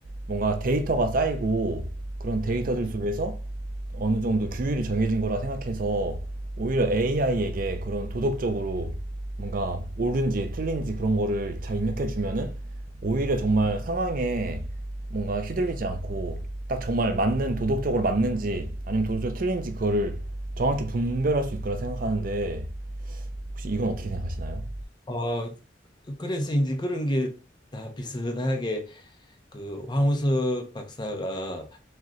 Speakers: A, on the right; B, on the left.
A: 뭔가 데이터가 쌓이고 그런 데이터들
B: 예,
A: 속에서 어느 정도 규율이 정해진 거라 생각해서 오히려 AI에게 그런 도덕적으로 뭔가 옳은지 틀린지 그런 거를 잘 입력해 주면은 오히려 정말
B: 예,
A: 상황에 뭔가 휘둘리지
B: 예.
A: 않고 딱 정말 맞는 도덕적으로 맞는지 아니면 도덕적으로 틀린지 그거를 정확히 분별할 수 있을 거라 생각하는데 혹시
B: 음.
A: 이건 어떻게 생각하시나요?
B: 어, 그, 그래서 이제 그런 게 다 비슷하게 그 황우석 박사가